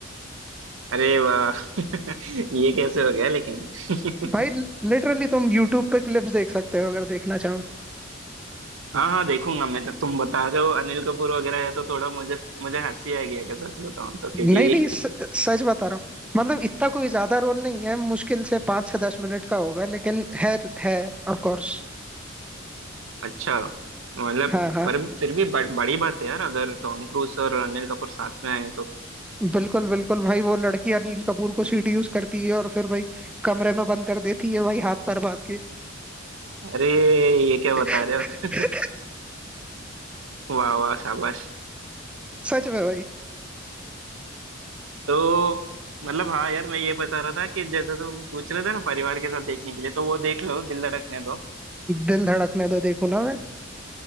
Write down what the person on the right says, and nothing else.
अरे वाह <laughs> ये कैसे हो गया लेकिन <laughs>
हाँ हाँ देखूंगा मैं तो तुम बता रहे हो अनिल कपूर वगैरह है तो थोड़ा मुझे मुझे हंसी आएगी अगर सच बताऊं तो
क्योंकि
<laughs> अच्छा मतलब
पर फिर भी ब, बड़ी बात है यार अगर टॉम क्रूज और अनिल कपूर साथ में आए तो
अरे ये क्या बता
रहे हो <laughs> वाह वाह शाबाश
तो मतलब हाँ यार मैं ये बता रहा था कि जैसे तुम पूछ रहे थे ना परिवार के साथ देखने के लिए तो वो देख लो दिल धड़कने दो